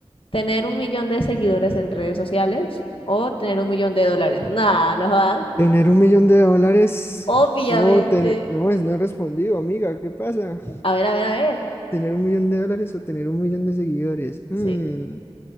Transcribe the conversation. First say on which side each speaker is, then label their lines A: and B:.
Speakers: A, on the left (about 60°); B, on the left (about 25°).
A: tener un millón de seguidores en redes sociales o tener un millón de dólares. Nah, no jodas.
B: ¿Tener un millón de dólares
A: Obviamente.
B: o tener, no, es, no he respondido, amiga, ¿qué pasa?
A: A ver, a ver, a ver.
B: ¿Tener un millón de dólares o tener un millón de seguidores? Mm.
A: Sí,